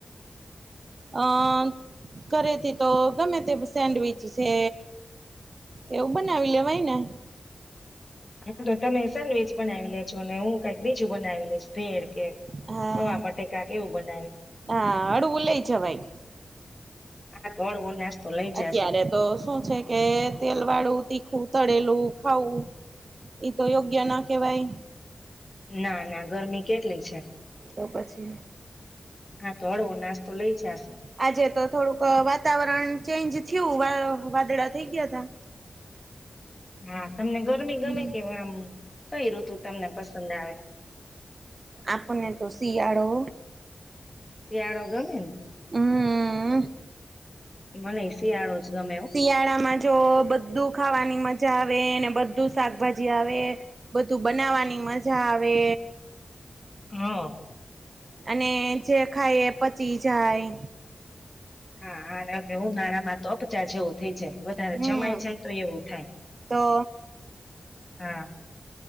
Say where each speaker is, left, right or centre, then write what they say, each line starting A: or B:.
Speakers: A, on the right; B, on the left.
A: અ, ઘરેથી તો ગમે તે સેન્ડવીચ છે. એવું બનાવી લેવાય ને?
B: હા તો તમે સેન્ડવીચ બનાવી લેેજો. ને હું કઈક બીજું બનાવી લશ ભેળ કે.
A: હા
B: પોઆ બટેકા કે એવું બના
A: હા હળવું લઈ જવાઈ.
B: હા, <unintelligible> નાસ્તો લઈ જાશુ
A: અત્યારે તો શું છે કે તેલ વાળું તીખું તળેલું ખાવું એ તો યોગ્ય ના કેવાય.
B: ના ના ગરમી કેટલી છે.
A: તો પછી
B: હા તો હળવો નાસ્તો લઈ જાશું.
A: આજે તો થોડુંક વાતાવરણ ચેન્જ થીયું. વા વાદળા થઈ ગયા તા.
B: હા, તમને ગરમી ગમે
A: હમ
B: કે આમ કઈ ઋતુ તમને પસંદ આવે?
A: આપણને તો શિયાળો
B: શિયાળો ગમે ન?
A: હમ
B: મનેય શિયાળો જ ગમે હો
A: શિયાળામાં જો બધું ખાવાની મજા આ આવે, બધું શાકભાજી આવે, બધું બનાવાની મજા આવે.
B: હા.
A: અને જે ખાય એ પચી જાય.
B: હા અને એવું ઉનાળામાં તો અપચા જેવું થઇ જાય. વધારે
A: હમ
B: જમાઈ જાય તો એવું થાય.
A: તો
B: હા.